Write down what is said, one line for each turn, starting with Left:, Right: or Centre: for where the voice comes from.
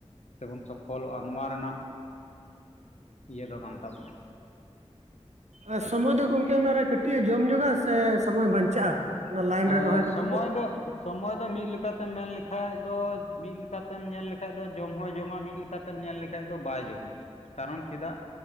Left: ᱥᱮᱵᱚᱱ ᱥᱚᱯᱷᱚᱞᱚᱜᱼᱟ ᱱᱚᱣᱟ ᱨᱮᱱᱟᱜ ᱤᱭᱟᱹ ᱫᱚ ᱠᱟᱱ ᱛᱟᱵᱚᱱᱟ᱾
Right: ᱟᱨ ᱥᱚᱢᱚᱭ ᱫᱚ ᱜᱚᱝᱠᱮ ᱚᱱᱟᱨᱮ ᱠᱟᱹᱴᱤᱡ ᱮ ᱡᱚᱢ ᱧᱚᱜᱟ ᱥᱮ ᱥᱚᱢᱚᱭ ᱵᱟᱧᱪᱟᱜᱼᱟ ᱚᱱᱟ ᱞᱟᱭᱤᱱ
Left: ᱟ
Right: ᱨᱮ ᱨᱚᱦᱚᱭ ᱠᱟᱛᱮᱫ
Left: ᱥᱚᱢᱚᱭ ᱫᱚ ᱥᱚᱢᱚᱭ ᱫᱚ ᱢᱤᱫ ᱞᱮᱠᱟᱛᱮᱢ ᱢᱮᱱ ᱞᱮᱠᱷᱟᱡ ᱫᱚ ᱢᱤᱫ ᱞᱮᱠᱟᱛᱮᱢ ᱧᱮᱞ ᱞᱮᱠᱟᱱᱡ ᱫᱚ ᱡᱚᱢ ᱦᱚᱸᱭ ᱡᱚᱢᱟ ᱢᱤᱫ ᱞᱮᱠᱟ- ᱛᱮᱢ ᱧᱮᱞ ᱞᱮᱠᱷᱟᱡ ᱫᱚ ᱵᱟᱭ ᱡᱚᱢᱟ ᱠᱟᱨᱚᱱ ᱪᱮᱫᱟᱜ